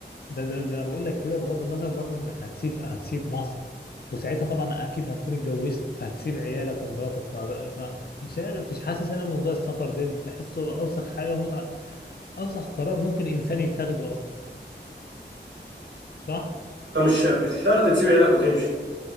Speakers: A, on the left; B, on the right.
A: ده ده, ده انا بقول لك كده بغض النظر برضه انك هتسيب هتسيب مصر وساعتها طبعا اكيد هتكون اتجوزت فهتسيب عيالك ومراتك وهت- فمش عارف مش حاسس انا موضوع السفر ده بحسه اوسخ حاجه م... اوسخ قرار ممكن انسان يتخذه اصلا صح؟
B: انت مش مش شرط تسيب عيالك وتمشي